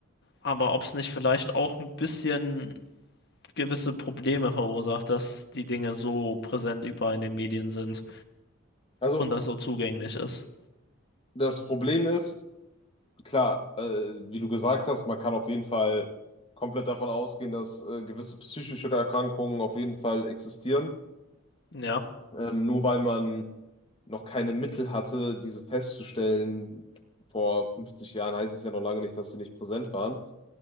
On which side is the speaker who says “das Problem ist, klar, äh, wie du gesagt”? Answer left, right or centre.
Left